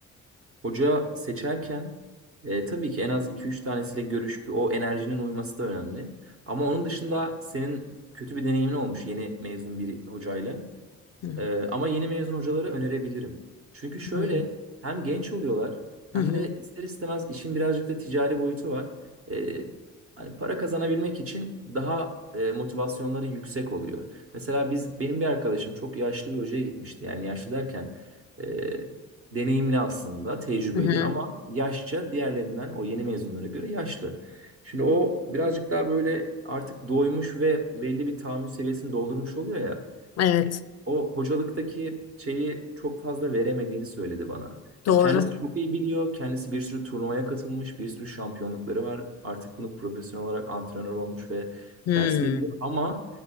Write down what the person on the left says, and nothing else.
Hı
hı.
Hı hı.
Hı hı.
Evet,
doğru.
Hı.